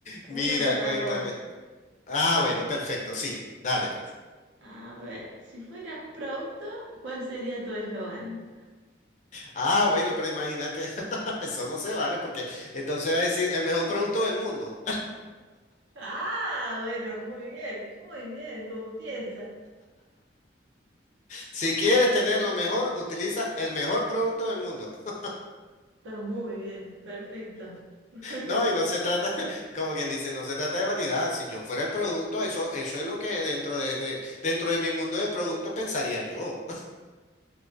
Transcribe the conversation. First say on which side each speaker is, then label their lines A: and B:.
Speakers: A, on the left; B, on the right.
A: Mira,
B: Una para
A: cuéntame.
B: vos.
A: Ah, bueno, perfecto, sí, dale pues.
B: A ver, si fueras un producto, ¿cuál sería tu eslogan?
A: Ah, bueno, pero imagínate, <laughs> eso no se vale porque entonces va a decir el mejor producto del mundo.
B: Ah, bueno, muy bien, muy bien, como piensa.
A: Si quieres tener lo mejor, utiliza el mejor producto del mundo. <laughs>
B: Está muy bien, perfecto. <laughs>
A: No, y no se trata, <laughs> como quien dice, no se trata de vanidad. Si yo fuera el producto, eso, eso es lo que dentro de, de- dentro de mi mundo de productos pensaría yo.